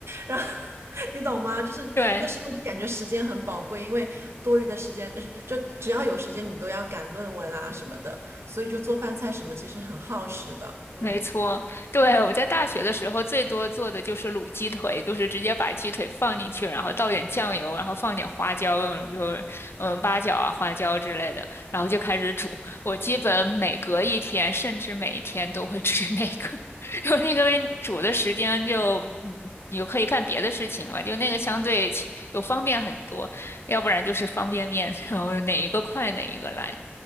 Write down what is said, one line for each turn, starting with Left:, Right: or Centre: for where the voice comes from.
Right: 然后 <laughs> 你懂吗？就是那时候就感觉时间很宝贵，
Left: 对，
Right: 因为多余的时间就是就只要有时间你都要赶论文啊什么的，所以就做饭菜什么其实很耗时的，嗯。
Left: 没错，对，我在大学的时候最多做的就是卤鸡腿，就是直接把鸡腿放进去，然后倒点酱油，然后放点花椒，那种就是嗯八角啊、花椒之类的，然后就开始煮。我基本每隔一天，甚至每一天都会吃那个，<laughs> 因那个为煮的时间就嗯，你就可以干别的事情嘛，就那个相对起就方便很多，要不然就是方便面，然后哪一个快哪一个来，